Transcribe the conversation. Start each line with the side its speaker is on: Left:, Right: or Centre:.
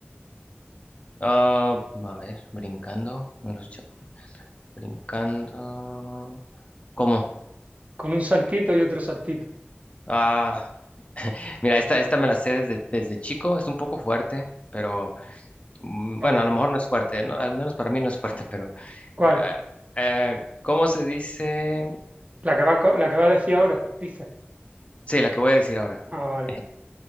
Left: Ah, a ver, brincando. no, Los chapulines. Brincando. ¿Cómo?
Right: Con un saltito y otro saltito.
Left: Ah, mira, esta, esta me la sé desde, desde chico. Es un poco fuerte, pero. mm,
Right: ¿Cuál?
Left: bueno, a lo mejor no es fuerte, ¿no? Al menos para mí no es fuerte, <laughs> pero
Right: ¿cuál?
Left: eh, eh, ¿cómo se dice?
Right: ¿La que va, co- la que va a decir ahora? Dice.
Left: Sí, la que voy a decir ahora.
Right: Ah, vale,
Left: <laughs>